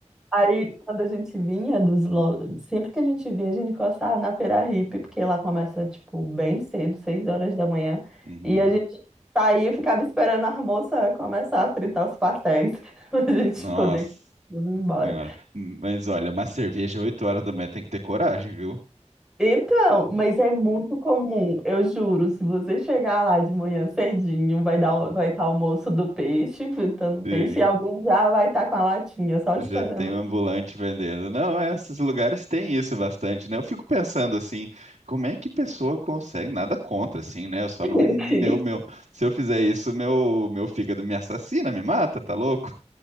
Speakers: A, in the centre; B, on the right (about 65°).
A: Aí, quando a gente vinha dos. lo- Sempre que a gente vinha, a gente gostava na Feira Hippie, porque lá começa, tipo, bem cedo, seis horas da manhã.
B: Uhum.
A: E a gente saía e ficava esperando a moça começar a fritar os pastéis, <laughs> pra gente
B: Nossa
A: poder ir embora.
B: senhora. Mas olha, uma cerveja 8 horas da manhã tem que ter coragem, viu?
A: Então, mas é muito comum, eu juro, se você chegar lá de manhã cedinho, vai dar, o- vai estar o moço do peixe, fritando peixe,
B: Sim.
A: e alguém já vai estar com a latinha, só esperando.
B: Já tem um ambulante vendendo. Não, é, esses lugares têm isso bastante, né? Eu fico pensando assim, como é que pessoa consegue? Nada contra, assim, né? Eu só não,
A: o peixe.
B: meu, meu, se eu fizer isso, meu, meu fígado me assassina, me mata, tá louco?